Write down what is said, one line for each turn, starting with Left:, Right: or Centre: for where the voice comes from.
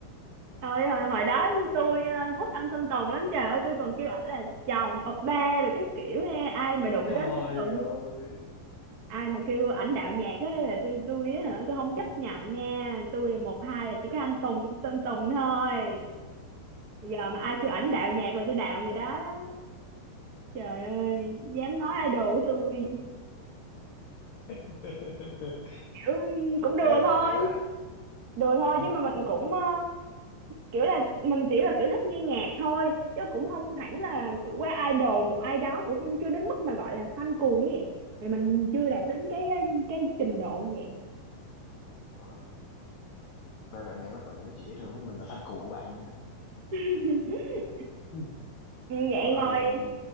Right: Hồi, hồi, hồi đó tôi ờ, thích anh Sơn Tùng lắm trời ơi tôi còn kêu ảnh là chồng oppa được cái kiểu ha ai mà đụng
Left: trời
Right: tới anh Sơn Tùng
Left: ơi
Right: ai mà kêu ảnh đạo nhạc á là tôi tôi á hả tôi không chấp nhận nha tôi là một hai là chỉ có anh Tùng Sơn Tùng thôi giờ mà ai kêu ảnh đạo nhạc là tôi đạo người đó đó trời ơi dám nói idol của tôi
Left: <laughs>
Right: kiểu cũng đùa
Left: mê bạn
Right: thôi
Left: này quá
Right: đùa thôi
Left: Ừ.
Right: chứ mà mình cũng ờ, kiểu là mình chỉ là kiểu thích nghe nhạc thôi chứ cũng không hẳn là qua idol một ai đó cũng không chưa đến mức mà gọi là fan cuồng ấy thì mình chưa đạt đến cái ờ, cái trình độ như vậy
Left: ờ, mê bạn này quá bạn này nói chuyện với thường với mình là fan cuồng của bạn nha
Right: <laughs>
Left: ừ.
Right: vậy
Left: Ủa rồi
Right: ngoài
Left: còn